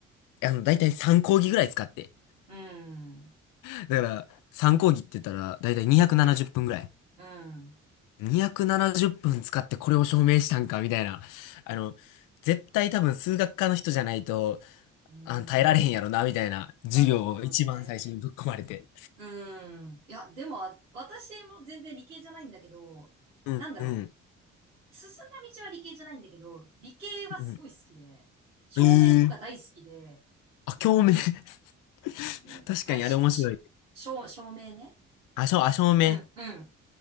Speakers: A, on the left; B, on the right.
A: あの、だいたい3講義ぐらい使って。
B: うん。
A: だから、3講義って言ったら、だいたい270分ぐらい。
B: うん。
A: 270分使ってこれを証明したんか、みたいな。あの、絶対多分数学科の人じゃないと、
B: うー
A: あの、耐えられへんやろな、
B: ん、
A: みたいな授業を一番最初にぶっ込まれて。
B: なるほどね。うーん。いや、でも、あ私も全然理系じゃないんだけど、
A: うん、
B: なんだろ
A: うん、
B: う。進んだ道は理系じゃないんだけど、理系はすごい好きで、
A: うん。
B: 照明とか大好きで、
A: ええあ、共鳴 <laughs>
B: うん、
A: 確かにあれ面白い。
B: あ、し、しょ、照、照明ね。
A: あ、しょ、あ、照明。
B: うん、うん。